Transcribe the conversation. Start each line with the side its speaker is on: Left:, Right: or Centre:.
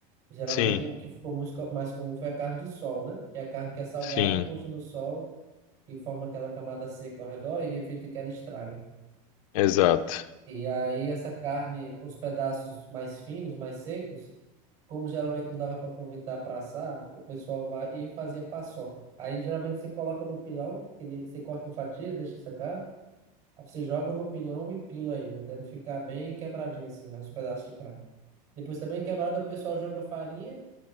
Right: Geralmente
Left: Sim,
Right: o que ficou muito co- mais comum foi a carne de sol, né? Que é a carne que é salgada
Left: sim,
Right: e posta no sol e forma aquela camada seca ao redor e evita que ela estrague.
Left: exato.
Right: E aí essa carne, os pedaços mais finos, mais secos, como geralmente não dava para aproveitar para assar, o pessoal vai e fazia paçoca. Aí geralmente você coloca no pilão, que ele, você corta em fatias, deixa secar, aí você joga no pilão e pila ele, até ele ficar bem quebradinho assim, né, os pedaços de carne. Depois também quebrado o pessoal joga farinha